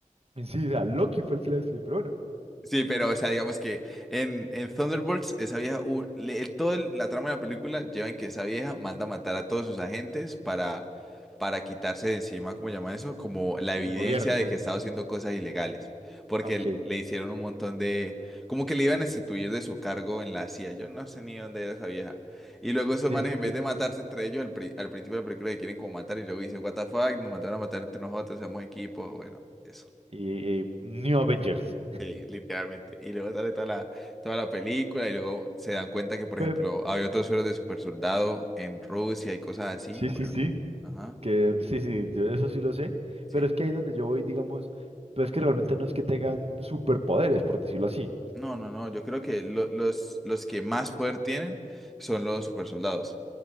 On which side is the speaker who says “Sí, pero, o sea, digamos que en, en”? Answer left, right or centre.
Centre